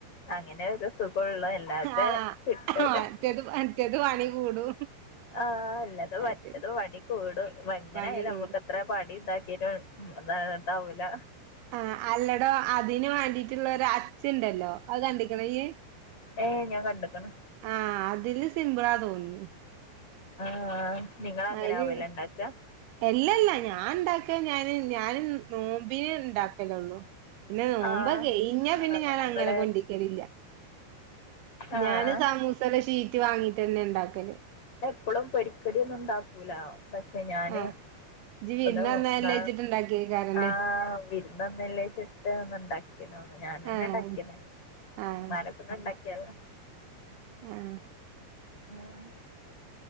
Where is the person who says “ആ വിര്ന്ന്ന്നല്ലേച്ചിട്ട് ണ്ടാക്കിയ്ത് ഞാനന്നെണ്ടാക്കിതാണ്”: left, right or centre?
Left